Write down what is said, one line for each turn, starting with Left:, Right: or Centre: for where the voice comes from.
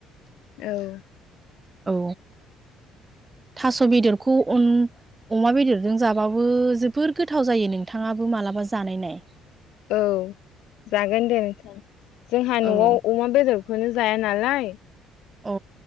Left: औ
Right: औ थास' बेदरखौ अ अमा बेदरजों जाबाबो जोबोर गोथाव जायो नोंथाङाबो मालाबा जानाय नाय
Left: औ जागोन दे नोंथां जोंहा न'आव
Right: औ
Left: अमा बेदर खौनो जाया नालाय
Right: अ